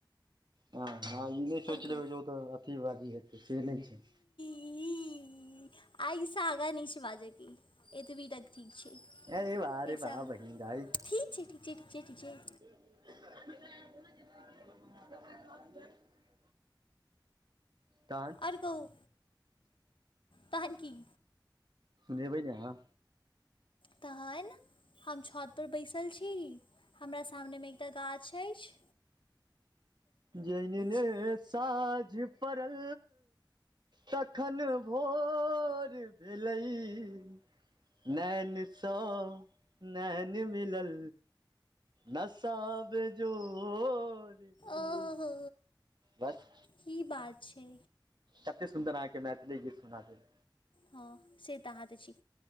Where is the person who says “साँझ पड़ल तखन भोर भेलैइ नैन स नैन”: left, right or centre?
Right